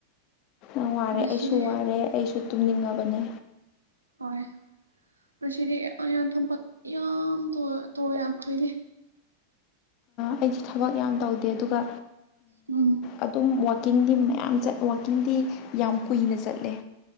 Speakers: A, on the left; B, on the right.
A: ꯌꯥꯝ ꯋꯥꯔꯦ
B: ꯉꯁꯤꯗꯤ
A: ꯑꯩꯁꯨ ꯋꯥꯔꯦ ꯑꯩꯁꯨ ꯇꯨꯝꯅꯤꯡꯉꯕꯅꯦ
B: ꯍꫭꯏ ꯃꯁꯤꯗꯤ ꯑꯩꯅ ꯊꯄꯥꯛꯛ ꯌꯥꯝ ꯇꯣꯛꯑꯦ ꯑꯩꯈꯣꯏꯗꯤ
A: ꯑꯩꯗꯤ ꯊꯕꯛ ꯌꯥꯝ ꯇꯧꯗꯦ ꯑꯗꯨꯒ
B: ꯎꯝ
A: ꯑꯗꯨꯝ ꯋꯥꯋꯀꯤꯡꯒꯤ ꯃꯌꯥꯝ ꯌꯥꯝꯠ ꯋꯥꯋꯀꯤꯡꯗꯤ ꯌꯥꯝ ꯀꯨꯏꯅ ꯆꯠꯂꯦ